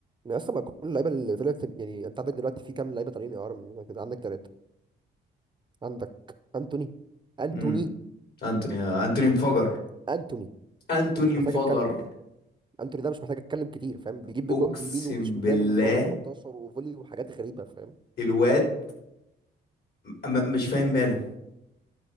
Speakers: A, on the right (about 25°); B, on the left (about 55°).
A: يعني اصلا ما كل اللعيبه اللي طلعت يعني انت عندك دلوقتي في كام لعيبه طالعين اعاره من كده عندك ثلاثه عندك انتوني انتوني
B: امم انتوني انتوني انفجر
A: انتوني
B: انتوني
A: مش
B: انفجر
A: محتاج اتكلم انتوني ده مش محتاج اتكلم كتير فاهم بيجيب بجوان
B: اقسم
A: بيمينه وبشماله
B: بالله
A: من بره ال 18 وفولي وحاجات غريبه فاهم
B: الواد م- مش فاهم ماله